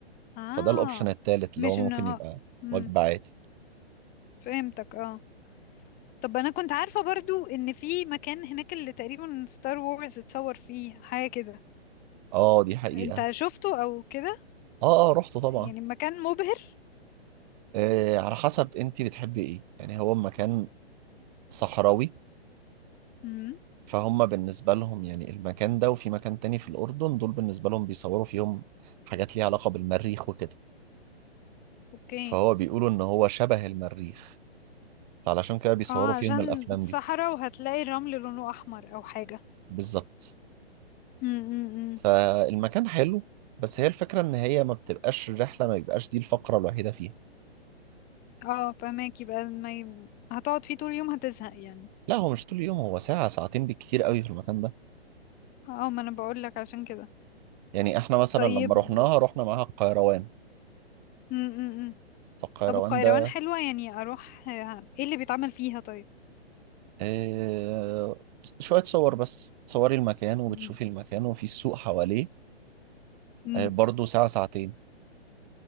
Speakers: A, on the left (about 25°); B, on the right (about 40°).
A: اه
B: فده الاوبشن التالت اللي
A: مش
B: هو
A: انه
B: ممكن يبقى
A: امم
B: وجبة عادي
A: فهمتك اه طب انا كنت عارفة برضو ان في مكان هناك اللي تقريبا ستار وورز اتصور فيه حاجة كده
B: اه دي حقيقة
A: انت شفته او كده
B: اه اه رحت طبعا
A: يعني مكان مبهر
B: آه على حسب انت بتحبي ايه يعني هو مكان صحراوي
A: امم
B: فهم بالنسبة لهم يعني المكان ده وفي مكان تاني في الأردن دول بالنسبة لهم بيصوروا فيهم حاجات ليها علاقة بالمريخ وكده
A: اوكي
B: فهو بيقولوا إن هو شبه المريخ فعلشان كده بيصوروا
A: اه
B: فيهم
A: عشان
B: الأفلام
A: صحراء
B: دي
A: وهتلاقي الرمل لونه احمر او حاجة
B: بالظبط
A: امم
B: فالمكان حلو بس هي الفكرة ان هي ما بتبقاش الرحلة ما بيبقاش دي الفقرة الوحيدة فيها
A: اه فماكي بقى ما ي... هتقعد فيه طول اليوم هتزهق يعني
B: لا هو مش طول اليوم هو ساعة ساعتين بالكتير قوي في المكان ده
A: اه ما انا بقول لك عشان كده
B: يعني احنا مثلا
A: طيب
B: لما رحناها رحنا معاها القيروان
A: م -م -م.
B: فالقيروان
A: طب والقيروان
B: ده
A: حلوة يعني اروح آه، ايه اللي بيتعمل فيها طيب
B: آه شوية صور بس تصوري المكان وبتشوفي
A: م
B: المكان وفي السوق حواليه
A: -م.
B: آه برضه ساعة ساعتين